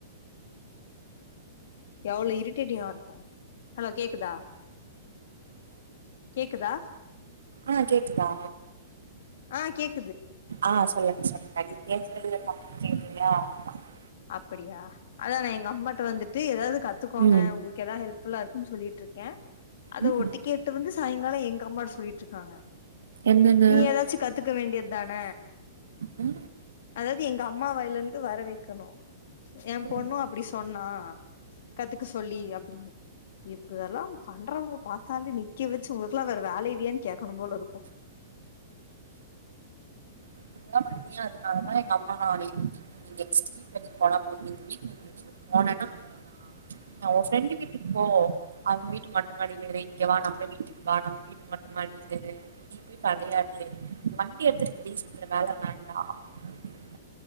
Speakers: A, on the left; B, on the right.
A: எவ்வளோ இரிட்டேட்டிங்கா இருக்கு. ஹலோ கேக்குதா. கேக்குதா.
B: ஆஹ கேக்குதா.
A: ஆஹ கேக்.
B: ஆஹ சொல்லுங்க சொல்லுங்க. <unintelligible> ஏ. <unintelligible>
A: அப்படியா அதா நா எங்க அம்மாக்கிட்ட வந்துட்டு ஏதாவது. கத்துக்கோங்க
B: ம்
A: உங்களுக்கு ஏதாவது ஹெல்ப். புல்லா இருக். குனு சொல்லிட்டு இருக்க அத
B: ம்
A: ஒட்டு கேட்டு வந்து. சாயங்காலோ எங்க அம்மாக்கிட்ட சொல்லிட்டு இருக்காங்க.
B: என்னன்னு
A: நீ ஏதாச்சும் கத்துக்க வேண்டியதான.
B: ஆ
A: அதாவது எங்க அம்மா. வாயில இருந்து வர வைக்கணு. என்
B: ம்
A: பொண்ணு அப்படி சொன்னா. ஆ. கத்துக்க சொல்லி அப்படின்னு. இப்ப இதெல்லா பண்றாங்க. பாத்தாலே நிக்க வச்சு உங்களுக்கு எல்லா வேற வேல இல்லையான்னு கேக்கணு போல இருக்கு.
B: <unintelligible> இப்படி எல்லா பண்ணி அதுனாலதா எங்க அம்மா நா நெஸ்ட் வீக் வெளிய போனா போது. இந்த வீக் வெளிய போனேனா அவ்ளோதா. ம்ச் உ ஃப்ரெண்டு வீட்டுக்கு போ அவங்க வீட்டு மொட்ட மாடியில இரு இங்க வா நம்ம வீட்டுக்கு வா நம்ம வீட்டு மொட்ட மாடியில இரு வெளிய. இப்டி கெடையாது. வண்டிய எடுத்துட்டு வெளிய சுத்துற வேல வேண்டா அப்படின்னு.